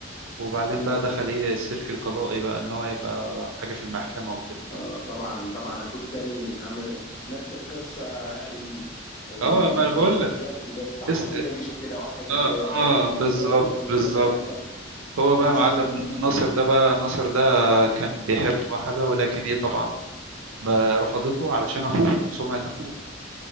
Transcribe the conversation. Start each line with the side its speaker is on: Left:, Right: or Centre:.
Right: وبعدين بقى دخل ايه السلك القضائي بقى ان هو يبقى حاجه في المحكمه وكده
Left: آه. طبعا طبعا اخو التاني عمل نفس القصه ال- ال-
Right: اه ما انا
Left: اللي
Right: بقول
Left: ما
Right: لك
Left: بتخلصش زي بتاع
Right: اس...
Left: فاطمه ومشوا كده واحد
Right: اه
Left: آه،
Right: اه بالظبط
Left: مدرس والتاني
Right: بالظبط
Left: بلطجي
Right: هو بقى
Left: صح؟
Right: معلم ناصر ده بقى ناصر ده كان بيحب واحده ولكن ايه طبعا ما رفضته علشان اخوه سمعة اخوه